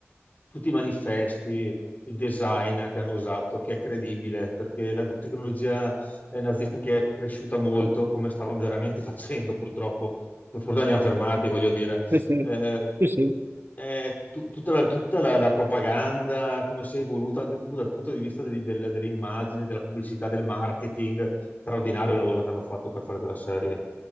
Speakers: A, on the left; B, on the right.
A: tutti i manifesti, il design che hanno usato, che è credibile, perché la tecnologia eh, nazista che è cresciuta molto, come stava veramente facendo purtroppo, per fortuna li hanno fermati, voglio dire,
B: Sì, sì,
A: eh,
B: sì, sì.
A: è tu- tutta la, tutta la- la propaganda, come si è evoluta anche proprio dal punto di vista delle, delle- delle immagini, della pubblicità, del marketing, straordinario il lavoro che hanno fatto per fare quella serie.